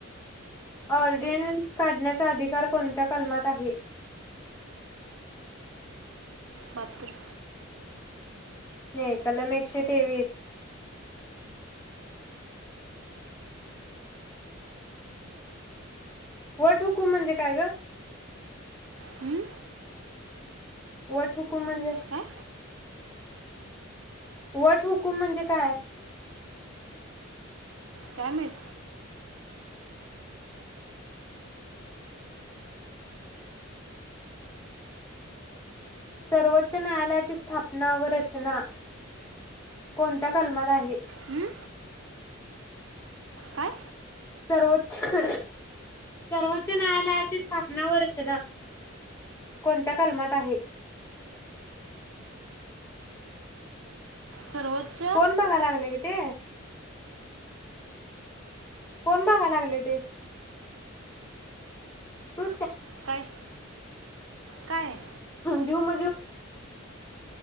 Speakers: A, on the left (about 15°); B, on the right (about 85°).
A: ऑर्डिनन्स काढण्याचा अधिकार कोणत्या कलमात आहे.
B: पात्र.
A: हे कलम एकशे तेवीस वट हुकूम म्हणजे काय ग?
B: हं?
A: वट हुकुम म्हणजे
B: काय
A: वट हुकुम म्हणजे काय?
B: काय माहित
A: सर्वोच्च न्यायालयाची स्थापना व रचना कोणत्या कलमात आहे?
B: हं? काय
A: सर्वोच्च सर्वोच्च न्यायालयाची स्थापना व रचना कोणत्या कलमात आहे?
B: सर्वोच्च
A: कोण बघाय लागलय ग ते कोण बगा लागलय ते तुज
B: काय? काय?
A: झुम, झुम